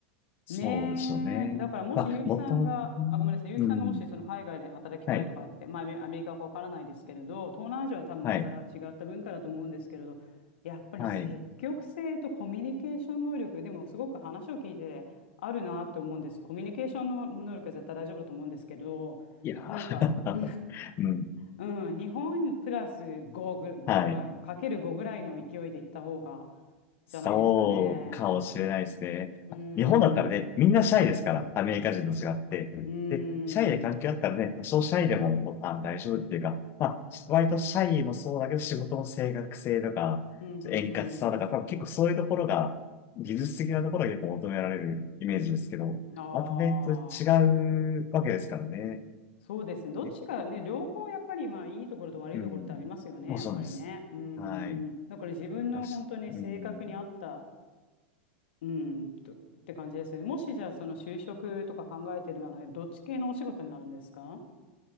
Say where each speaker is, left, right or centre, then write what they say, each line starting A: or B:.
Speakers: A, on the left (about 35°); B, on the left (about 65°).
A: そうでしょうね。
B: ねえ。だからもし結城さんが、
A: まあ、もともと、
B: あ、ごめんなさい。結城さんがもしその海外で働きたいとかって、
A: うん。はい。
B: まあアメアメリカかわからないですけれど、東南アジアは多分また違った文化だと思うんですけれど、
A: はい。
B: やっぱり積極性とコミュニケーション能力、
A: はい。
B: でもすごく話を聞いてあるなって思うんです。コミュニケーションの能力は絶対大丈夫だと思うんですけど、
A: いやー
B: なんか <laughs>
A: <laughs> うん。
B: うん、日本プラス5ぐ、ごぐらいの、
A: はい。
B: かける5ぐらいの勢いでいった方が、じゃないですかね。
A: そうかもしれないですね。
B: うん。
A: 日本だったらね、みんなシャイですから、アメリカ人と違って。うんで、
B: うー
A: シャイで関係あったらね、
B: ん。
A: 多少シャイでも、もうあ、大丈夫っていうか、まあ、割とシャイもそうだけど、仕事の正確性とか、
B: うん、うん、
A: 円滑さとか、多分結構そういうところが、技術的なところが結構求められるイメージですけど、
B: うん。ああ、
A: またね、それ違うわけですからね。
B: そうですね。どっちがね、
A: え
B: 両方やっぱり、まあ、いいところと悪いところってありますよね、
A: うん。もうそうです。
B: やっぱりね。うん、
A: はい。
B: うん、うん。だから自分の本当に性格に合った、
A: 確かうん。
B: うん、と、って感じですよね。もしじゃあ、その就職とか考えてるならね、どっち系のお仕事になるんですか